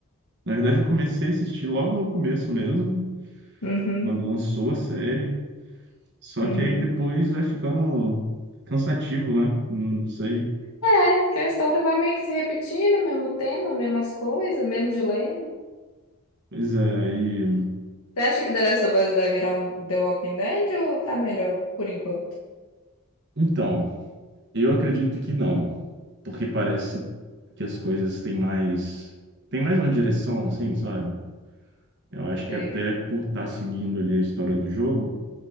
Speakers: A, on the right; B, on the left.
A: Na verdade, eu comecei a assistir logo no começo mesmo,
B: Uhum,
A: quando lançou a série. Só
B: uhum.
A: que aí depois vai ficando cansativo, né? Não sei.
B: É, que a história vai meio que se repetindo, mesmo tema, mesmas coisas, mesmo dilema.
A: Pois é, aí
B: Você acha que The Last of Us vai virar um The Walking Dead ou tá melhor por enquanto?
A: Então, eu acredito que não, porque parece que as coisas têm mais têm mais uma direção, assim, sabe? Eu acho que
B: Você-
A: até por estar seguindo ali a história do jogo,